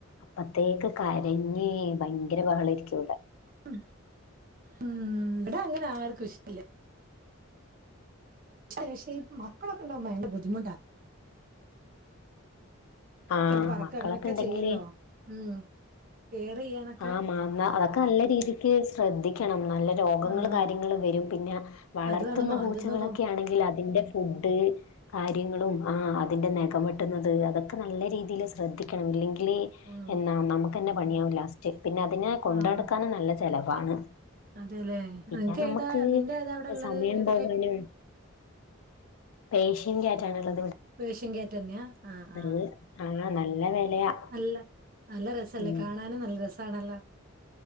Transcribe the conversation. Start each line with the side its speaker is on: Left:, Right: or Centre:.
Left: അപ്പത്തേക്ക് കരഞ്ഞ് ഭയങ്കര ബഹളായിരിക്കും ഇവ് ടെ
Right: ഉ ഉ ഇവിടെ അങ്ങനെ ആർക്കും ഇഷ്ടല്ല പക്ഷെ മക്കളൊക്കെണ്ടും ഭയങ്കര ബുദ്ധിമുട്ടാ ഒക്കെയങ്
Left: ആഹ്
Right: പെറക്ക
Left: മക്കളൊക്കെ
Right: അങ്ങനെയൊക്കെ
Left: ഉണ്ടെങ്കില്
Right: ചെയ്യല്ലോ ഉം കെയർ ചെയ്യാനൊക്കെ
Left: ആഹ് മാങ്ങ അതൊക്കെ നല്ല രീതിക്ക് ശ്രദ്ധിക്കണം നല്ല രോഗങ്ങൾ
Right: ആഹ്
Left: കാര്യങ്ങൾ വരും പിന്നെ,, വളർത്തുന്ന
Right: അതുമാണ് മാന്തുന്നതും
Left: പൂച്ചകളൊക്കെ ആണെങ്കിൽ അതിന്റെ ഫുഡ് കാര്യങ്ങളും ആഹ് അതിന്റെ നകം വെട്ടുന്നത് അതൊക്കെ നല്ല രീതിയിൽ ശ്രദ്ധിക്കണം ഇല്ലെങ്കിൽ
Right: ഉം
Left: എന്നാ നമുക്ക്ന്നെ പണിയാവും ലാസ്റ്റ് പിന്നെ അതിനെ കൊണ്ടടക്കൻ
Right: ആഹ്
Left: നല്ല ചലവാണ്
Right: അതെല്ലേ
Left: പിന്നെ
Right: നിനക്ക്
Left: നമക്ക്
Right: ഏതാ നിന്റെ ഏതാ അവിടെ ഉള്ളത്
Left: സമയം
Right: ഏത്
Left: പോവാനും
Right: ടൈപ്പ്
Left: പേർഷ്യൻ കാറ്റാണ് ഉുള്ളത്
Right: ഷ്യൻ കേറ്റന്നാ ആഹ്
Left: നല്ല
Right: ആഹ്
Left: ആഹ് നല്ല വെലയാ
Right: നല്ല നല്ല രസല്ലേ
Left: ഉം
Right: കാണാനും നല്ല രസാണല്ലോ